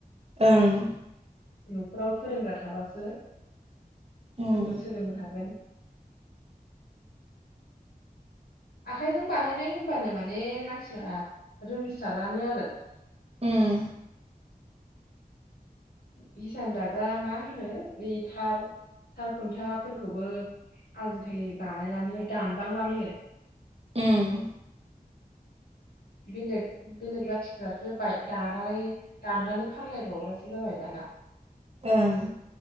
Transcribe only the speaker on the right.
ओं
उम
उम
उम
ओं